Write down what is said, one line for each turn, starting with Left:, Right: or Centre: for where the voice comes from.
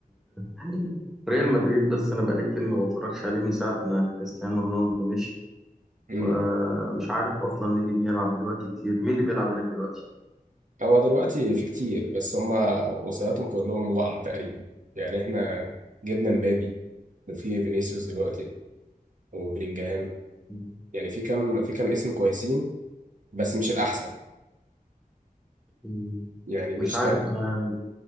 Centre: يعني ريال مدريد بس انا بقالي كتير ما بتفرجش عليه من ساعة ما كريستيانو رونالدو مشي
Right: امم
Centre: ومش عارف اصلا مين اللي بيلعب دلوقتي كتير مين اللي بيلعب هناك دلوقتي
Right: هو دلوقتي في كتير بس هما وصياتهم كلهم وقع تقريبا يعني إحنا جبنا مبابي وفي فينيسيوس دلوقتي وبلينجهام
Centre: مم.
Right: يعني في كام في كام اسم كويسين بس مش الأحسن
Centre: مم.
Right: يعني مش
Centre: مش عارف
Right: ده
Centre: انا